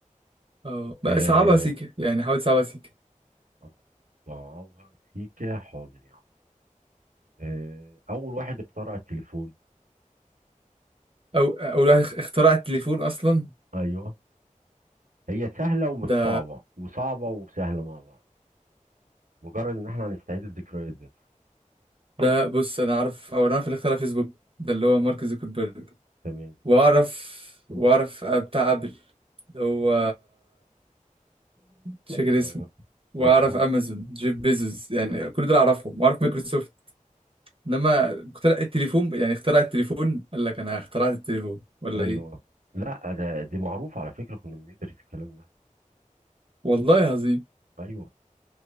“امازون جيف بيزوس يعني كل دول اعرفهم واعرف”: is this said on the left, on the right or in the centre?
Right